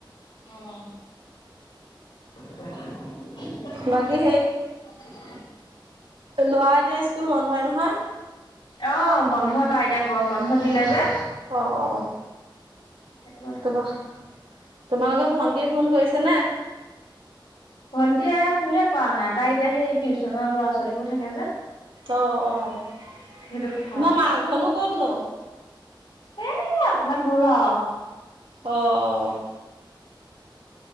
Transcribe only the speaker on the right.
বাকী ল'ৰাৰ এতিয়া স্কুল বন্ধয়ে নহয়?
অ', অ', অ'।
তোমাৰ, তোমালোকৰ ভন্টিয়ে ফোন কৰিছে নে?
অ', অ',
তোমাৰ
মাৰ ঘৰনো ক'তনো?
অ'।